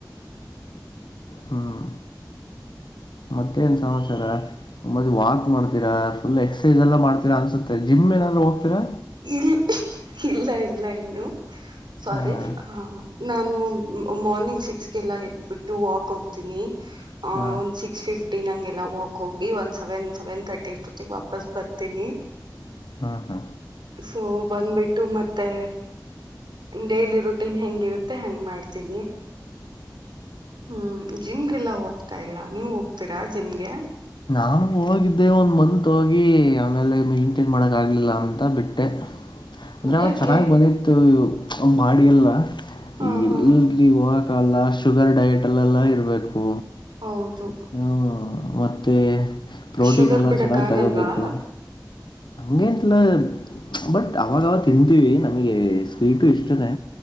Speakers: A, on the left; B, on the right.
A: ಹ್ಮ್ ಮತ್ತೇನ್ ಸಮಚಾರ ಮದ್ ವಾಕ್ ಮಾಡ್ತೀರಾ ಫುಲ್ ಎಕ್ಸೈಸ್ ಎಲ್ಲ ಮಾಡ್ತಿರಾ ಅನ್ಸುತ್ತೆ ಜಿಮ್ ಏನಾದ್ರು ಹೋಗ್ತಿರಾ
B: ಇ ಇಲ್ಲ ಇಲ್ಲ ಇನ್ನು ಸಾರಿ
A: ಹಾಂ
B: ನಾನು ಮ ಮಾರ್ನಿಂಗ್ ಸಿಕ್ಸ್ಗೆಲ್ಲ ಎದ್ಬಿಟ್ಟು ವಾಕ್ ಹೋಗ್ತೀನಿ ಅ
A: ಹಾಂ
B: ಒಂದು ಸಿಕ್ಸ್ ಫಿಫ್ಟ ಫ್ಟಿ ನಂಗೆಲ್ಲಾ ವಾಕ್ ಹೋಗಿ ಒಂದ್ ಸೆವೆನ್ ಸೆವೆನ್ ತರ್ಟಿ ಅಷ್ಟೊತ್ತಿಗೆ ವಾಪಸ್ ಬರ್ತೀನಿ
A: ಹಾ ಹಾ
B: ಸೊ ಬಂದ್ಬಿಟ್ಟು ಮತ್ತೆ ಡೈಲಿ ರುಟೀನ್ ಹೆಂಗಿರುತ್ತೆ ಹಂಗ್ ಮಾಡ್ತೀನಿ ಹ್ಮ್ ಜಿಮ್ಗೆಲ್ಲ ಹೋಗ್ತಾ ಇಲ್ಲಾ ನೀವ್ ಹೋಗ್ತೀರಾ ಜಿಮ್ಗೆ
A: ನಾನು ಹೋಗಿದ್ದೆ ಒಂದ್ ಮಂತ್ ಹೋಗಿ ಆಮೇಲೆ ಮೇಂಟೈನ್ ಮಾಡಕ್ ಆಗ್ಲಿಲ್ಲ ಅಂತ ಬಿಟ್ಟೆ ಅಂದ್ರೆ
B: ಯಾಕೆ
A: ಚೆನ್ನಾಗ್ ಬಂದಿತ್ತು ಬಾಡಿ ಎಲ್ಲ
B: ಹ ಹಾ
A: ಎಲ್ರಿ ಹೋಗಾಕಾಗಲ್ಲ ಶುಗರ್ ಡಯಟ್ ಅಲ್ಲೆಲ್ಲ ಇರಬೇಕು
B: ಹೌದು
A: ಹ ಮತ್ತೆ ಪ್ರೋಟೀನ್
B: ಶುಗರ್
A: ಎಲ್ಲ
B: ಬಿಡಕ್
A: ಚೆನ್ನಾಗ್
B: ಆಗಲ್ವಾ
A: ತಗೋಬೇಕು ಹಂಗೆಂತಲ್ಲ ಬಟ್ ಅವಾಗವ ತಿಂತೀವಿ ನಮಗೆ ಸ್ವೀಟು ಇಸ್ಟ ಇದೆ